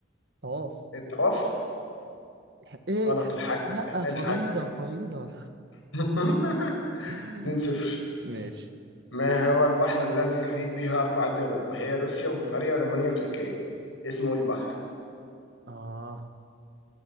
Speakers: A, on the right; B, on the left.
A: طواف
B: الطواف؟
A: الح- إيه
B: غلط الحج
A: لأ
B: الحج
A: فريضة فريضة
B: <laughs>
A: <laughs>
B: اتنين صفر
A: ماشي
B: ما هو البحر الذي يحيط به أربع دول وهي روسيا وبلغاريا ورومانيا وتركيا؟ اسمه إيه البحر؟
A: آه